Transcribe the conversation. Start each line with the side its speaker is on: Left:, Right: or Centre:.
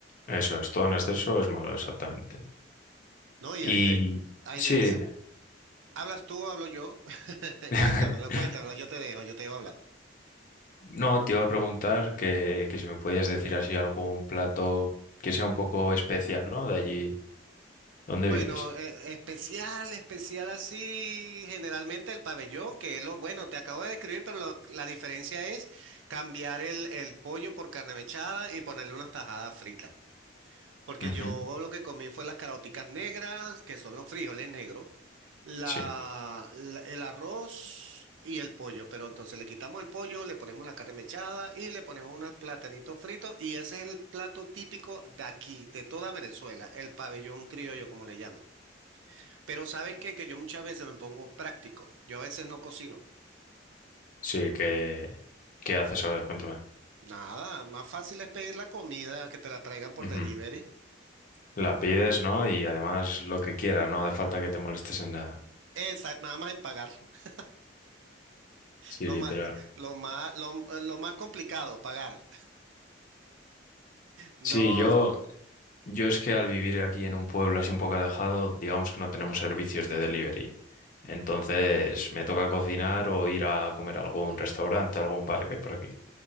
Left: Eso es, todo en exceso es malo, exactamente.
Right: No, y
Left: Y
Right: hay, ve- hay
Left: sí,
Right: veces,
Left: dime.
Right: hablas tú, o hablo yo, <laughs>
Left: <laughs>
Right: cuéntamelo, cuéntamelo, yo te dejo, yo te dejo hablar.
Left: No, te iba a preguntar que, que si me podías decir así algún plato que sea un poco especial, ¿no? De allí donde
Right: Bueno,
Left: vives.
Right: eh, especial, especial así, generalmente el pabellón, que es lo, bueno, te acabo de describir, pero lo- la diferencia es cambiar el, el pollo por carne mechada y ponerle unas tajadas fritas. Porque
Left: Ujú,
Right: yo lo que comí fue las caraoticas negras, que son los frijoles negros, la,
Left: Sí,
Right: la- el arroz y el pollo. Pero entonces le quitamos el pollo, le ponemos la carne mechada y le ponemos unos platanitos fritos. Y ese es el plato típico de aquí, de toda Venezuela, el pabellón criollo, como le llaman. Pero ¿sabes qué? Que yo muchas veces me pongo práctico. Yo a veces no cocino.
Left: sí, que, ¿qué haces? A ver, cuéntame.
Right: Nada, más fácil es pedir la comida que te la traigan por
Left: Ujú.
Right: delivery.
Left: La pides, ¿no? Y además lo que quieras, no hace falta que te molestes en nada.
Right: Exacto, nada más en pagar. <laughs>
Left: Sí,
Right: Lo
Left: literal.
Right: más, lo más, lo, eh, lo más complicado, pagar. No,
Left: Sí, yo, Yo es que al vivir aquí en un pueblo así un poco alejado, digamos que no tenemos servicios de delivery. Entonces me toca cocinar o ir a comer a algún restaurante, a algún bar que hay por aquí.